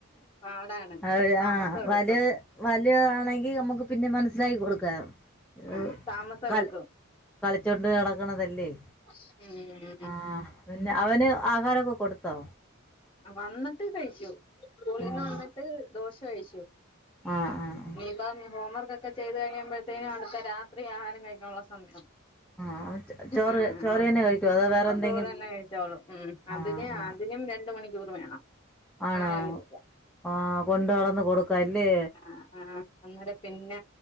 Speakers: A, on the left; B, in the centre.
A: പാടാണ് ഇച്ചിരി
B: അവര്
A: താമസം
B: ആഹ്
A: എടുക്കും
B: വലു വല്യതാണെങ്കി നമുക്ക് പിന്നെ മനസ്സിലാക്കി കൊടുക്കാ
A: ആ
B: ഉം
A: താമസം
B: കല
A: എടുക്കും
B: കളിച്ചോണ്ട് നടക്കണതല്ലേ?.
A: <unintelligible> ഉം ഉം
B: ആഹ് പിന്നെ അവന് ആഹാരൊക്കെ കൊടുത്തോ?.
A: വന്നിട്ട് കഴിച്ചു. സ്കൂളിന്ന്
B: ഉം
A: വന്നിട്ട് ദോശ കഴിച്ചു.
B: അ ആഹ്
A: പ്പം ഹോംവർക്കൊകെ ചെയ്ത് കഴിയുമ്പോഴ്ത്തെന് അടുത്ത രാത്രി ആഹാരം കഴിക്കാനുള്ള സമയാവും
B: ആഹ് ചോറ്
A: ആഹ്
B: ചോറ്
A: ആഹ്
B: തന്നെ കഴിക്കുവോ അതോ വേറെ എന്തെങ്കിലും
A: ചോറ് തന്നെ കഴിച്ചോളൂ ഉം
B: ആഹ്
A: അതിന്
B: ആഹ്
A: അതിനും രണ്ട് ണ്ട് മണിക്കൂർ വേണം
B: ആണോ
A: ആഹാരം കഴിക്കാൻ
B: ആഹ് കൊണ്ട് നടന്ന് കൊടുക്കാല്ലേ
A: ആഹ് ആഹ് അന്നേരം പിന്ന